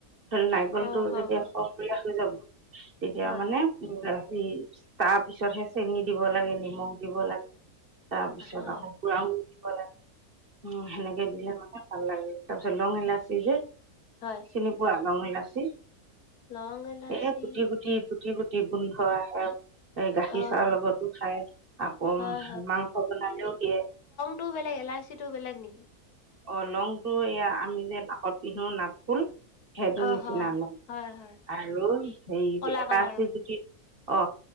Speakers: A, on the right (about 40°); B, on the left (about 80°).
A: ধৰি নাৰিকল
B: অ
A: টো
B: হয়
A: যদি
B: হয়
A: খো ক্ষয়া হলে গ যাব তেতিয়া
B: হয়
A: মানে উ এই তাৰ পিছতহে চেনি দিব লাগে নিমখ দিব লাগে। তাৰ পিছত
B: হয়
A: আকৌ পুৰা দিব লাগে উম সেনেকে দিলে মানে ভ লাগে তব চ লং ইলা চি যে
B: হয়
A: চিনি পোৱা লং ইলাচি
B: লং এলাচি
A: এ গুটি গুটি গুটি গুটি গোন্ধ আহে। এই গাখীৰ
B: অ
A: চাৰৰ লগতো খায় আকৌ
B: হয়
A: মাংস বনালেও দিয়ে
B: টো বেলেগ ইলাছি টো বেলেগ নেকি?
A: অ লং টো এয়া আমি যে নাকত পিন্ধো নাক ফুল সেইটো
B: অ
A: নিচিনা
B: হ
A: লম
B: হয় হয়
A: আৰু হে ইলাচি
B: কলা কালাৰৰ
A: গুটিটো অ